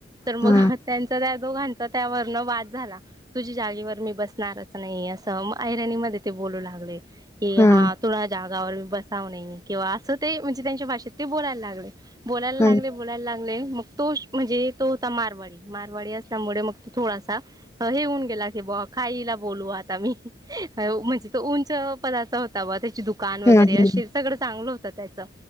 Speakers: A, on the right; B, on the left.
A: तर मग
B: हम्म
A: त्यांच त्या दोघांचा त्यावर न वाद झाला तुझी जागीवर मी बसणारच नाही असं ऐराणी मध्ये ते बोलू लागले की
B: हम्म
A: हा तुला बसाव नाही किंवा असं ते म्हणजे त्यांच्या भाषेत ते बोलायला लागले बोलायला
B: हम्म
A: लागले बोलायला लागले तो म्हणजे तो होता मारवाडी मारवाडी असल्यामुळे मग थोडासा हे होऊन गेला की हीला बोलू आता म्हणजे तो उंचपना होता दुकान वगैरे
B: हम्म
A: असे सगळं चांगलं होतात त्यांचं